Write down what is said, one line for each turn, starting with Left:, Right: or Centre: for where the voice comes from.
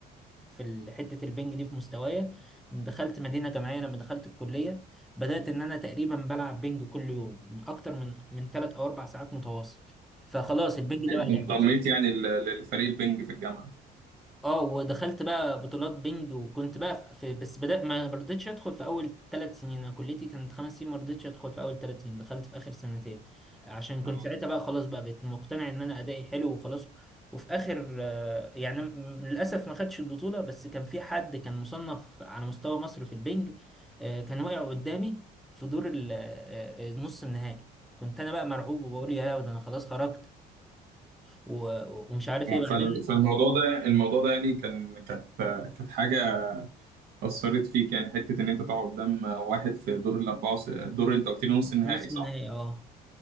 Centre: في ال- حته البنج دي في مستوايا دخلت مدينه جامعيه لما دخلت الكليه بدأت إن أنا تقريبا بلعب بينج كل يوم أكتر من من تلات أو أربع ساعات متواصل فخلاص البينج ده بقى
Right: انضميت
Centre: لعبتي
Right: يعني لل- للفريق البنج في الجامعه
Centre: اه ودخلت بقى بطولات بينج وكنت بقى في بس بدأ ما رضيتش ادخل في اول ثلاث سنين انا كليتي كانت خمس سنين ما رضيتش ادخل في اول ثلاث سنين دخلت في اخر سنتين عشان كنت
Right: آه.
Centre: ساعتها بقى خلاص بقى بقيت مقتنع ان انا ادائي حلو وخلاص وفي اخر آه، يعني م- للاسف ما خدتش البطولة بس كان في حد كان مصنف على مستوى مصر في البينج آه، كان واقع قدامي في دور ال- آه، آه، نص النهائي كنت انا بقى مرعوب وبقول يا ده انا خلاص خرجت و- ومش عارف ايه بعدين
Right: فال- فالموضوع ده الموضوع ده يعني كان كانت كانت حاجه اثرت فيك يعني حته ان انت تقعد قدام واحد في دور الاربعه وس... دور انت قلت لي نص النهائي
Centre: نص
Right: صح
Centre: النهائي اه